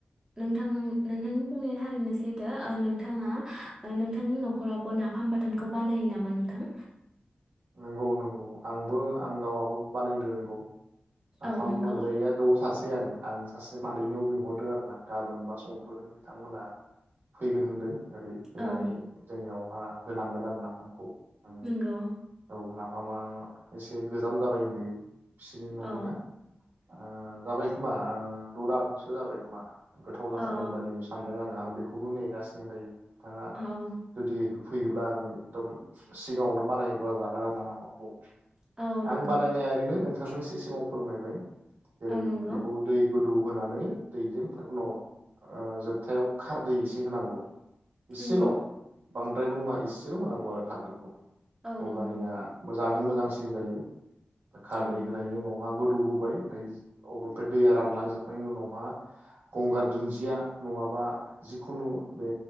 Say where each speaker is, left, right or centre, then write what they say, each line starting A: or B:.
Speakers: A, on the right; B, on the right.
A: नोंथां नोंथांनि बुंनायानो थारैनो सैथो ओ नोंथाङा नोंथांनि न'खरावबो नाफाम बाथानोनखौ बानायो नामा नोंथां
B: नंगौ नंगौ आंबो आं गावाबो बानायनो रोंगौ नाफाम
A: औ नंगौ
B: मोनजायैया गोबाव थारसै आङो आं सासे मादैनियाव बिहरदो आरो ना गाबोन बा संफोरो बिथांमोना फैगोन होनदों ओरै फैनानै
A: औ
B: जोंनियाव ओ होलांगोन आरो नाफामखौ आं
A: नंगौ
B: औ नाफामा मा एसे गोजाम जाबाय होनदों बिसोरनि न'निया
A: औ
B: ओ जाबाय खोमा ओ द' दानसो जाबाय खोमा। गोथाव जाथारगोन
A: अ
B: बादि सानदों आङो आं बेखौनो नेगासिनो दायो। बिथाङा
A: औ
B: जुदि फैयोब्ला आं एकदम सिगाङावनो बानायग्रा जागोन <unintelligible>
A: औ
B: आं
A: नंगौ
B: बानायनाया ओरैनो नों नोंथांनो एसे सिगाव फोरमायबाय जेरै
A: औ नंगौ
B: बेखौ दै गोदौ होनानै दैजों उनाव ओ जोबथायाव खारदै एसे होनांगौ। इसेल'
A: नंगौ
B: बांद्रायबो नङा इसेल' होनांगौ आरो खारदैखौ।
A: औ
B: अब्लानिया
A: नंगौ नंगौ
B: मोजाङानो मोजां <unintelligible> जायो खारदै
A: औ
B: होनाय उनावहा गोदौ होबाय ओमफ्रायब ओमफ्राय दैया रानलांजोबनायनि उनावहा गंगार दुन्दिया नङाबा जिखुनु बे